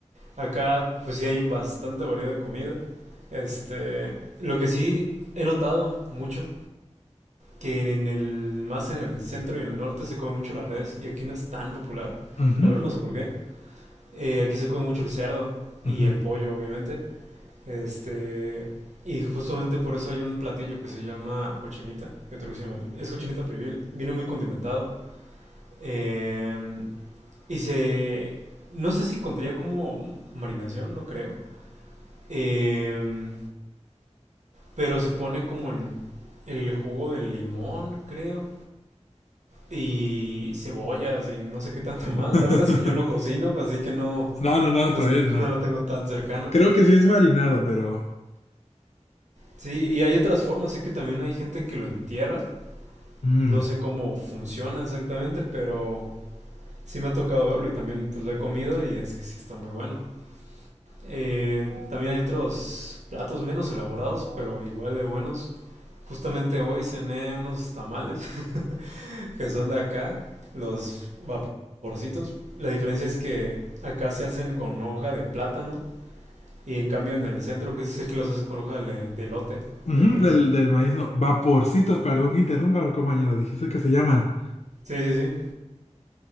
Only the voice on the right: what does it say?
acá, pues sí hay bastante variedad de comida. Este, lo que sí he notado mucho, que en en el, más en el centro y en el norte se come mucho la res Y aquí no es tan popular.
La verdad no sé por qué. Eh, aquí se come mucho el cerdo y
el pollo, obviamente. Este, y justamente por eso hay un platillo que se llama cochinita, que otro que se llama, es cochinita pibil, viene muy condimentado. Eh, y se, no sé si contaría como marinación, no creo. Eh, pero se pone como en el jugo del limón, creo. Y cebollas y no sé qué tanto <laughs> más.
La verdad es que yo no cocino, así que no,
no,
no lo tengo tan cercano.
Sí, y hay otras formas, sé que también hay gente que lo entierra,
no sé cómo funciona exactamente, pero sí me ha tocado verlo y también pues lo he comido y es que sí está muy bueno. Eh, también hay otros platos menos elaborados, pero igual de buenos. Justamente hoy cené unos tamales <laughs> que son de acá, los vaporcitos. La diferencia es que acá se hacen con hoja de plátano y en cambio en el centro que sé que los hacen con hoja de, de elote,
de maíz.
Sí, sí, sí.